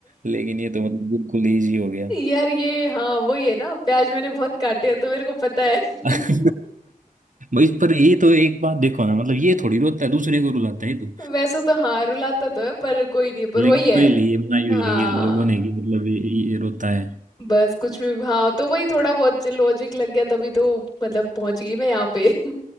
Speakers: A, on the right (about 60°); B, on the left (about 30°).
A: लेकिन ये तो मतलब बिल्कुल इजी हो गया
B: यार ये हाँ वही है ना प्याज मैंने बहुत काटे हैं तो मेरे को पता है <laughs>
A: <laughs> इस पर ये तो एक बात देखो ना मतलब ये थोड़ी रोता है दूसरे को रुलाता है ये तो
B: वैसे तो हाँ रुलाता तो है पर कोई नहीं पर
A: लेकिन
B: वही है
A: पहले ये बनाई हुई
B: हाँ
A: है ये लोगों ने कि मतलब ये, ये रोता है
B: बस कुछ भी हाँ तो वही थोड़ा बहुत लॉजिक लग गया तभी तो मतलब पहुंच गई मैं यहाँ पे <laughs>